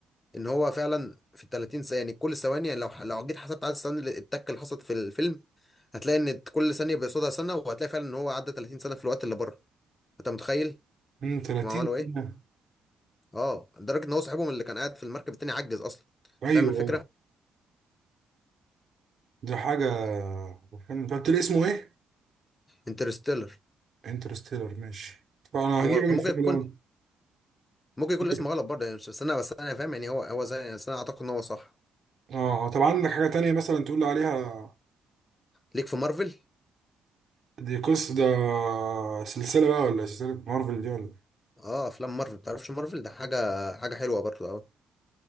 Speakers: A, on the left; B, on the right.
A: ان هو فعلا في ال 30 ثانيه يعني كل ثواني يعني لو ح- لو جيت حسبت عدد الثواني اللي- التكه اللي حصلت في الفيلم هتلاقي ان كل ثانيه بيقصدها سنه وهتلاقي فعلا ان هو عدى 30 سنه في الوقت اللي بره انت متخيل
B: امم 30
A: هم عملوا ايه
B: سنة
A: اه لدرجه ان هو صاحبهم اللي كان قاعد في المركب التاني عجز اصلا انت
B: أيوه
A: فاهم الفكره
B: أيوه ده حاجة فيلم انت قلت لي اسمه ايه؟
A: انترستيلر
B: انترستيلر ماشي طب انا
A: هو
B: هجيب من
A: ممكن
B: الفيلم
A: يكون ممكن يكون
B: ده
A: الاسم غلط برضه يعني مش- بس انا بس انا فاهم يعني هو هو زي بس انا اعتقد ان هو صح
B: اه طب عندك حاجة تانية مثلا تقول لي عليها
A: ليك في مارفل
B: دي قصة ده سلسلة بقى ولا سلسلة مارفل دي ولا
A: اه افلام مارفل تعرفش مارفل ده حاجه حاجه حلوه برضه قوي